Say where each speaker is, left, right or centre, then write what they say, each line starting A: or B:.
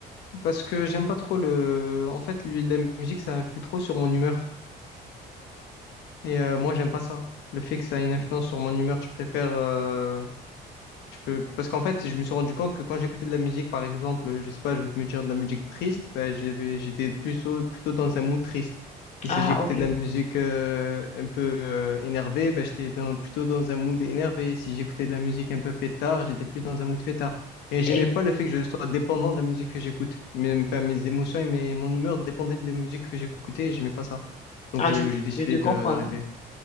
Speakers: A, on the left; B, on the left.
A: parce que j'aime pas trop le. En fait, lui, la musique, ça influe trop sur mon humeur. Et euh, moi, j'aime pas ça. Le fait que ça ait une influence sur mon humeur, je préfère. euh, Je peux... Parce qu'en fait, je me suis rendu compte que quand j'écoutais de la musique, par exemple, je sais pas, je vais te me dire de la musique triste, ben, j'avais- j'étais plutôt, plutôt dans un mood triste. Et
B: Ah,
A: si j'écoutais
B: ok.
A: de la musique euh, un peu euh, énervée, ben, j'étais dans- plutôt dans un mood énervé. Et si j'écoutais de la musique un peu fêtard, j'étais plus dans un mood fêtard. Et j'aimais
B: Et-
A: pas le fait que je sois dépendant de la musique que j'écoute. Mes, enfin, mes émotions et mes, mon humeur dépendaient de la musique que j'écoutais et j'aimais pas ça. Donc
B: ah,
A: euh,
B: je,
A: j'ai décidé
B: je te comprends.
A: de- d'arrêter.
B: hein.